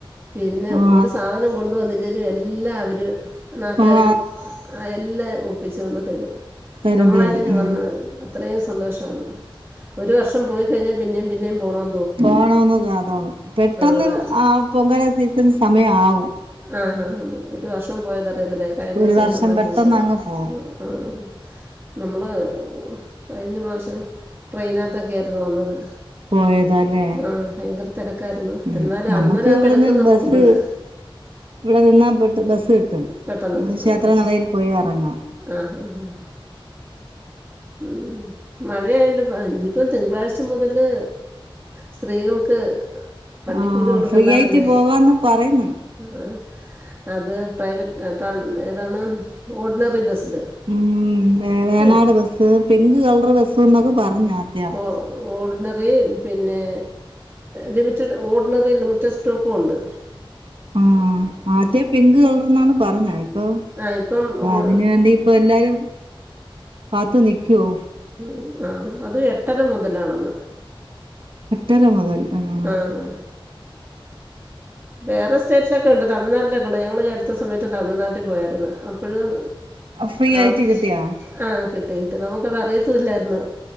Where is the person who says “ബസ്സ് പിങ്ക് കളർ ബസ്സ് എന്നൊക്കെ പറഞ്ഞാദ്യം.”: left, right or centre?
Right